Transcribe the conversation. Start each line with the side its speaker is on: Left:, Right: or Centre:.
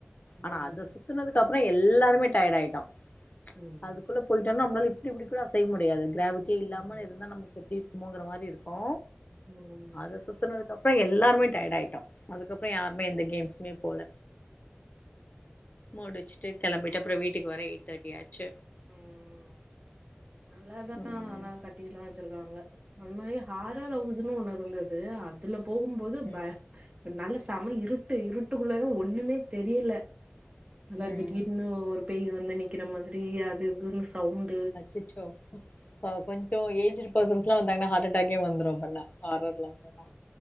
Right: ம்
Left: ஆனா அத சுத் சுத்துனதுக்கு அப்புற எல்லாருேமே டயர்ட் ஆயிட்டோ
Right: ம்
Left: அதுக்குள்ள போயிட்டோனா நம்ளால இப்டி அப்டி கூட அசய முடியாது கிராவிட்டியே இல்லாம
Right: ம்
Left: இருந்தா நமக்கு எப்டி இருக் முங்குற மாரி இருக்கோ
Right: ம்
Left: அதை சுத்துனதுக்குப்புறோ எல்லாருமே டயர்ட் ஆயிட்டோ அதுக்கப்பு இப்ப யாருமே
Right: ஆமா
Left: எந்த கேம்ஸுமே போல முடிச்சுட்டு கிளம்பிட்டு அப்புறோ வீட்டுக்கு வர எயிட் தேர்ட்டி ஆச்சு
Right: ம் நல்லாதானா
Left: ம்
Right: ஆனா கட் டில்லாம் வச்சிருக்காங்க அது மாரி ஹாரர் ஹவுஸ்ன்னு ஒன்னு இருந்தது அதுல போகும்போது
Left: ம்
Right: ப நல்ல செம இருட்டு இருட்டுக்குள்ள ஒண்ணுமே தெரில நல்லா
Left: ம்
Right: திடீர்னு ஒரு பேய் வந்து நிக்கிற மாதிரி அது எதுன்னு சவுண்ட்
Left: அச்சச்சோ அ கொஞ்சொ ஏஜுடு பெர்சன்ஸ்லா வந்தாங்னா ஹார்ட் அட்டாக்கே வந்துரு அப்பன்னா ஹாரர்லா போனா